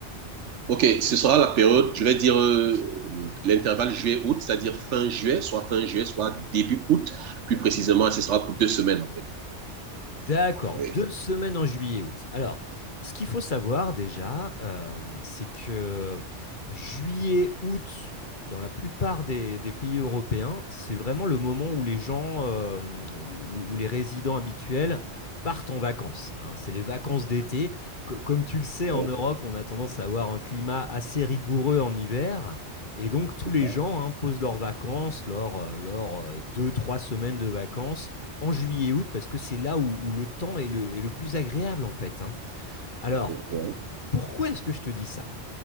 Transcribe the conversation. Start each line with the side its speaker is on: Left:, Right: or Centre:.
Right: Ok, ce sera la période, je vais dire euh, l'intervalle juillet-août, c'est-à-dire fin juillet, soit fin juillet, soit début août. Plus
Left: Oui.
Right: précisément, ce sera pour deux semaines en fait.
Left: D'accord,
Right: Oui.
Left: deux semaines en juillet-août. Alors, ce qu'il faut savoir déjà, euh, c'est que juillet-août, dans la plupart des, des pays européens, c'est vraiment le moment où les gens, euh, où, où les résidents habituels partent en vacances. hein. C'est les vacances d'été. Co- comme tu le sais, en
Right: Oui,
Left: Europe, on a tendance à avoir un climat assez rigoureux en hiver. Et donc, tous
Right: c'est
Left: les
Right: ça.
Left: gens, hein, posent leurs vacances, leurs, euh, leurs euh, deux, trois semaines de vacances en juillet et août parce que c'est là où, où le temps est le, est le plus agréable en fait. hein. Alors,
Right: Oui,
Left: pourquoi est-ce que je te dis ça